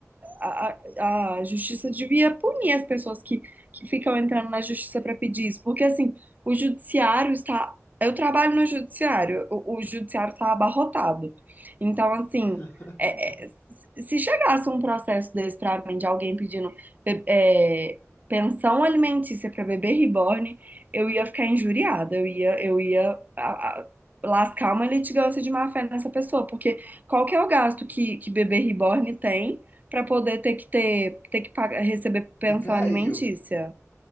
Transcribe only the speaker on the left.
<laughs>
Diga
aí, ô,